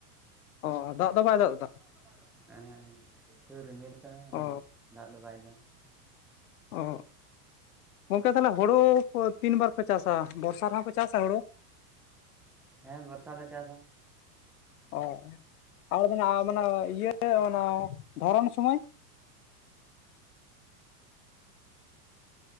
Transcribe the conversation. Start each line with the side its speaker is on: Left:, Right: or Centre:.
Left: ᱚ ᱫᱟᱜ ᱫᱚ ᱵᱟᱭ ᱫᱟᱜ ᱮᱫᱟ
Centre: ᱫᱟᱜ ᱫᱚ ᱵᱟᱭ ᱫᱟᱜ ᱫᱟ ᱮᱦᱮᱜ ᱮᱦᱮᱜ ᱥᱩᱫᱩ ᱨᱤᱢᱤᱞ ᱠᱟᱫᱟᱭ
Left: ᱚ
Centre: ᱚᱱᱟ ᱫᱟᱜ ᱫᱚ ᱵᱟᱭ ᱫᱟᱜ
Left: ᱚ ᱜᱚᱢᱠᱮ ᱛᱟᱦᱚᱞᱮ ᱦᱳᱲᱳ ᱠᱚ ᱛᱤᱱ ᱵᱟᱨ ᱯᱮ ᱪᱟᱥᱟ ᱵᱚᱨᱥᱟ ᱨᱮᱦᱚᱸ ᱯᱮ ᱪᱟᱥᱟ ᱦᱳᱲᱳ
Centre: ᱦᱮᱸ ᱵᱚᱨᱥᱟ ᱞᱮ ᱪᱟᱥᱟ
Left: ᱚ ᱟᱨ ᱢᱟᱱᱮ ᱟᱨ ᱢᱟᱱᱮ ᱤᱭᱟᱹ ᱚᱱᱟ ᱫᱷᱚᱨᱚᱱ ᱥᱚᱢᱚᱭ